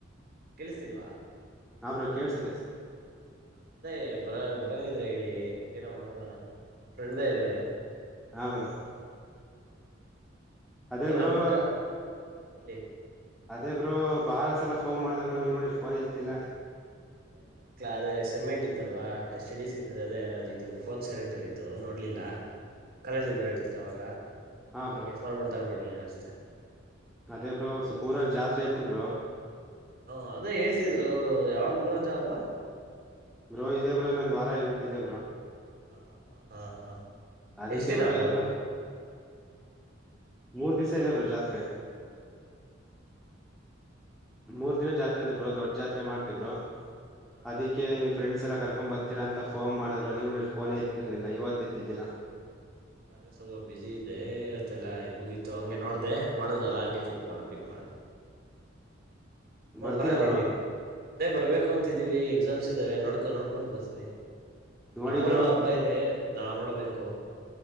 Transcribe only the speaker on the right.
ಕೆಲ್್ತಿಲ್ವಾ
ಹ ಅದೇ ಬರ ಬರಂಗಿದ್ರೆ ಹೇಳಿ ಏನ ಮಾಡ್ಕೊಡೋಣ ನಮ್ ಫ್ರೆಂಡ್ದೆದೆ ಇದೆ <unintelligible>
ಏನ
ಹಬ್ಬುಕ್ಕ ಹೇಳಿ
ಇಲ್ಲ ಇಲ್ಲ ಕ ಅದೇ ಸೆಮೆಂಟ್ ಇತ್ತಲ್ವಾ ಸ್ಟಡೀಸ್ ಇ ಅದೇ ಇದು ಫೋನ್ ಸೈಲೆಂಟ್ ಅಲ್ಲಿ ಇತ್ತು ನೋಡ್ಲಿಲ್ಲ
ಕಾಲೇಜಲ್ಲಿ ಬರ ಇರ್ತೀನಿ ಅವವಾಗ
ನೀ ಫೋನ್ ಮಾಡಿದಾಗೆ ನೋಡಿ ನೀ ಅಷ್ಟೇ
ಹಾ ಅದೇ ಹೇಳ್ತಿದ್ರು ಯಾವಾಗ ಬುರುಜಾ ಹಬ್ಬಾ
ಹ ಹಾ ಹಾ ಹಾ ಹಾ
ಎಷ್ಟ್ ದಿನ ಹಬ್ಬ
ಬ್ರೋ
ಹ
ಇಲ್ಲ ಅದೇ ಸ್ವಲ್ಪ ಬಿಸಿ ಇದೆ ಇವತ್ತೆಲ್ಲಾ ಇಗಿತ್ತು ಹಂಗೆ ನೋಡ್ದ ಮಾಡದ್ರಲ್ಲಾ ಹಂಗೆ ಪಿಕ್ ಮಾಡ ಪಿಕ್ ಮಾಡಿದೆ ಹ್ಮ
ಬರಾನೀ
ಅದೇ ಬರ್ಬೇಕು ಅಂತಿದ್ದೀವಿ ಎಕ್ಸಾಮ್ಸ್ ಇದ್ದಾವೆ ನೋಡ್ಕೊಂಡ ನೋಡ್ಕೊಂಡ್ ಬರ್ತೀನಿ
ನಮ್ಮ್ರಲ್ಲ
ಹಬ್ಬ ಇದೆ ನಾವ್ ನೋಡ್ಬೇಕು